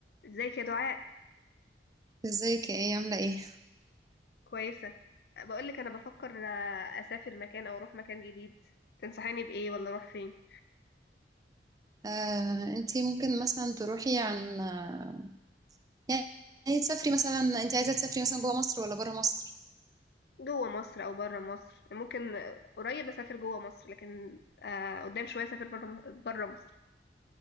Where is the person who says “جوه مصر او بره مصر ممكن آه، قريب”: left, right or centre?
Left